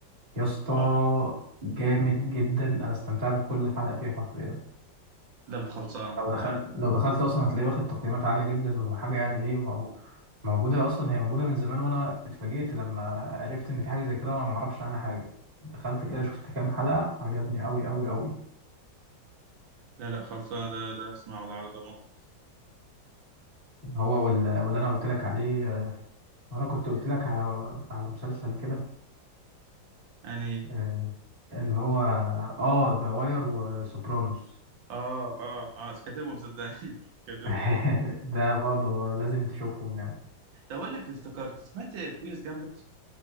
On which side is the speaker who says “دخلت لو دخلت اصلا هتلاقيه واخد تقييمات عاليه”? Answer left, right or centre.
Right